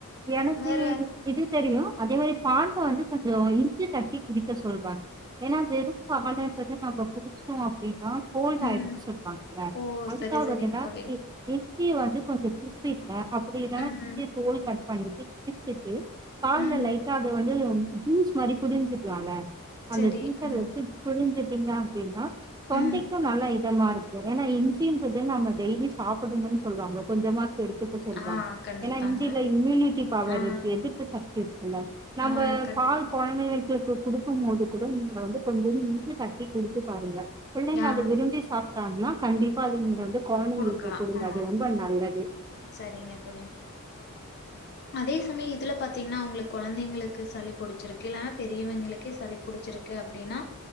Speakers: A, on the right; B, on the left.
A: எனக்கு
B: வேற
A: இது தெரியு அதே மாரி பால வந்து கொஞ்ச இஞ்சி தட்டி குடிக்க சொல்வாங்க ஏன்னா வெறு பால நம்ம குடிச்சோ அப்படின்னா கோல்ட்
B: ம்.
A: ஆயின்னு சொல்லுவாங்க
B: ஓ!
A: அதுக்காவதுன்னா
B: சரி, சரிங்க தோழி.
A: இஞ்சிய வந்து கொஞ்ச தும்பிடுக அப்டிதா
B: ம்,
A: இஞ்சிய தோல் கட் பண்ணிட்டு இடிச்சுட்டு பால்ல
B: ம்.
A: லைட்டா அது வந்து ஜூஸ் மாதிரி குடிஞ்சுகலால அந்த
B: சரி.
A: ஜூஸர்
B: அ,
A: வச்சு புழிஞ்சுட்டீங்க அப்டின்னா தொண்டைக்கு
B: ம்.
A: நல்லா இரு இதமாஇருக்கு ஏன்னா இஞ்ன்றது நம்ம டெய்லி சாப்பிடன்னு சொல்லுவாங்க கொஞ்சமா குடுத்து இப்ப சொல்லுவாங்க
B: ஆ, கண்டிப்பாங்க.
A: ஏன்னா இஞ்சில இம்யூனிட்டி பவர்
B: ஆ,
A: இருக்கு எதிர்பு சக்தி இருக்குல்ல நம்ம
B: ஆ, கண்டிப்பா.
A: பால் குழந்தைக்கு குடுக்கு போது கூட நீங்க வந்து கொஞ்ச இஞ்சி தட்டி குடுத்து பாருங்க பிள்ளைங்க
B: ஆ,
A: அத விரும்பி சாப்ட்டாங்கன்னா கண்டிப்பா அது நீங்க வந்து கொழந்தைக்கு
B: குடுக்கலாம்.
A: கொடுங்க
B: ஆ,
A: அது ரொம்ப நல்லது
B: சரிங்க தோழி அதே சமயம் இதுல பாத்தீங்கன்னா அவங்களு கொழந்தைங்களுக்கு சளி புடிச்சிருக்கு இல்லனா பெரியவங்களுக்கே சளி புடிச்சிருக்கு அப்டின்னா